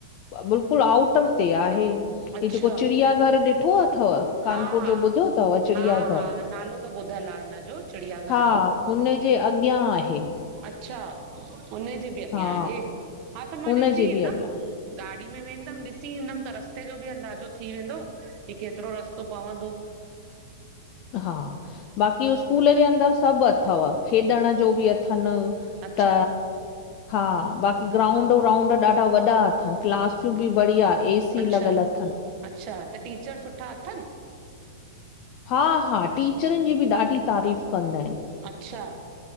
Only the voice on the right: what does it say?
अच्छा,
हा
हा
हा हा नालो त ॿुधल आहे हिन जो चिड़िया घर
जो
अच्छा उनजे बि अॻियां
आहे, हा त मां
ॾिसी
ईंदम।
गाॾी में वेंदम ॾिसी ईंदम त रस्ते जो बि अंदाज़ो थी वेंदो कि केतिरो रस्तो तो पवंदो।
अच्छा
अच्छा
अच्छा। त टीचर सुठा अथन?
अच्छा।